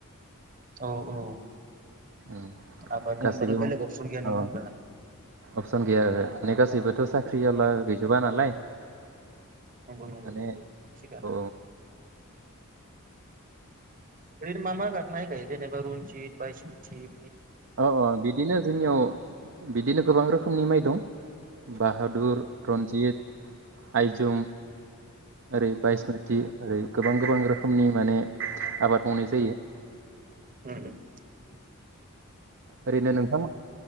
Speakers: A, on the right (about 40°); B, on the right (about 60°).
A: औ औ
B: उम
A: आबादनि
B: गासिबो
A: अनगाथ' बेलेग अपसन गैया नङा
B: अ
A: होमबा
B: अपसन गैया ओहो जेबोथ' साख्रि आवला
A: उम उम।
B: गैजोबा नालाय
A: नंगौ नंगौ
B: माने
A: नंगौ थिगानो
B: औ
A: ओरैनो मा मा माइ गायो जेनबा रन्जिथ बायसमथि
B: अ अ बिदिनो जोंनियाव बिदिनो गोबां रोखोमनि माइ दं बाहादुर रन्जित आइजुम ओरै बायसमथि ओरै गोबां गोबां रोखो खोमनि माने आबाद मावनाय जायो
A: हम हम
B: ओरैनो नोंथांमोन